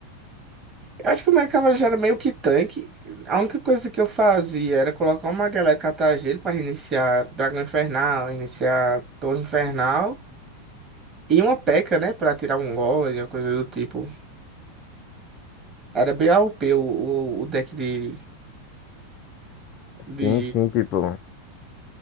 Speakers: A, on the right (about 25°); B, on the left (about 35°).
A: eu acho que o meu cavalo já era meio que tanque. A única coisa que eu fazia era colocar uma galera de catar gelo pra reiniciar Dragão Infernal, iniciar Torre Infernal e uma P.E.K.K.A, né, pra tirar um golem, uma coisa do tipo. Era bem AOP o, P o, o o deck de,
B: Sim,
A: de
B: sim, tipo,